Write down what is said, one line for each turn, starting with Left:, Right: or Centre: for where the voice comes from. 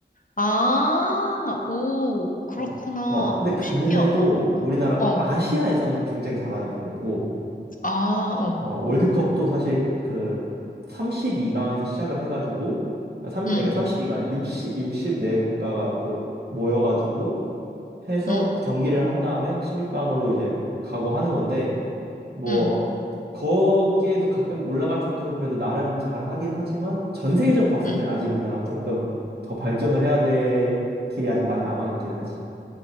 Left: 아, 오, 그렇구나.
Right: 어, 어. 근데
Left: 오,
Right: 그래도
Left: 신기하다. 어,
Right: 우리나라가
Left: 어,
Right: 아시아에서는 굉장히 잘하는 편이고
Left: 아, 어,
Right: 어, 월드컵도 사실 그 삼십이 강에서 시작을 해가지고 아, 30,
Left: 응,
Right: 그러니까 이2가 아니라 6육십4 국가가 모, 모여가지고 해서
Left: 응,
Right: 경기를 한 다음에 16강으로 이제 가고 하는 건데 뭐
Left: 응,
Right: 거기에도 가끔 올라갈 정도로 그래도 나름 잘하긴 하지만 전 세계적으로 봤을
Left: 응.
Right: 땐 아직 우리나라 조금 더 발전을 해야 될 길이 아직 많이 남아있긴 하지.